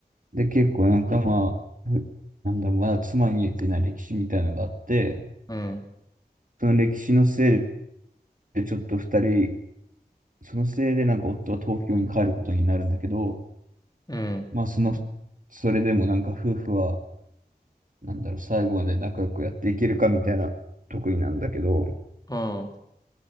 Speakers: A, on the right; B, on the left.
A: で、結構なんかまあ、ふなんだろう、まだ妻に言ってない歴史みたいなのがあって、
B: うん。
A: その歴史のせいでちょっと二人、そのせいでなんか夫は東京に帰ることになるんだけど、
B: うん。
A: まあその、それでもなんか夫婦は、なんだろう、最後まで仲良くやっていけるかみたいなとこになんだけど、
B: ああ。